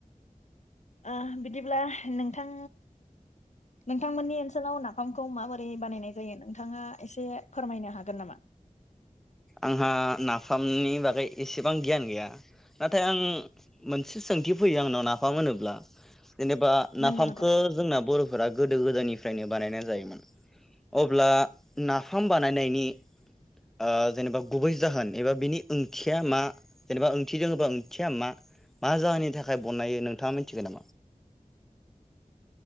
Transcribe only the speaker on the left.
ओ बिदिब्ला नोंथां नोंथांमोननि ओनसोलाव नाफामखौ माबो यै बानायनाय जायो नोंथाङा एसे फोरमायनो हागोन नामा?
नंगौ नोंथां।